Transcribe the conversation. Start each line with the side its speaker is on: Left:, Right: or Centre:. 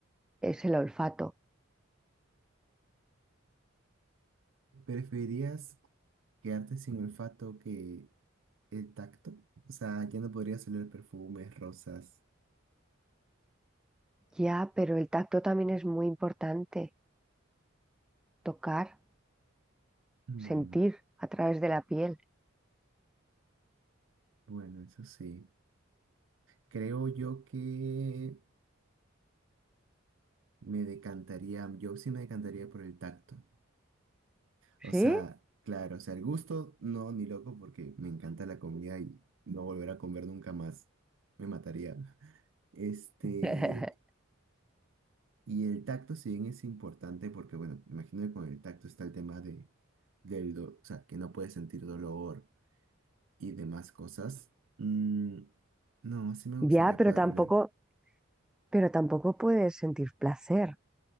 Centre: es el olfato
Right: ¿Preferirías quedarte sin olfato que El tacto. O sea, ya no podría salir perfumes, rosas.
Centre: Ya, pero el tacto también es muy importante. Tocar,
Right: Bueno,
Centre: sentir a través de la piel.
Right: bueno, eso sí. Creo yo que me decantaría, yo sí me decantaría por el tacto. O
Centre: ¿Sí?
Right: sea, claro, o sea, el gusto no, ni loco, porque me encanta la comida y no volver a comer nunca más. Me mataría. Este,
Centre: <laughs>
Right: y el tacto, si bien es importante, porque bueno, imagino que con el tacto está el tema de, del, do- o sea, que no puedes sentir dolor y demás cosas. Mm, no, sí me gustaría
Centre: Ya, pero
Right: poder
Centre: tampoco,
Right: oler.
Centre: pero tampoco puedes sentir placer.